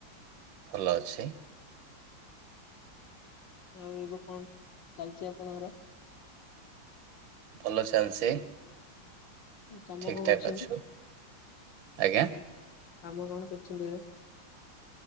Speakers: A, on the right; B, on the left.
A: ଭଲ ଅଛି।
B: ଆଉ ଏବେ କଣ ଚାଲିଛି ଆପଣଙ୍କର।
A: ଭଲ ଚାଲଛି
B: କାମ
A: ଠିକ
B: କଣ କରୁଛନ୍ତି
A: ଠାକ୍ ଅଛୁ ଆଜ୍ଞା।
B: କାମ କଣ କରୁଛନ୍ତି ଏବେ?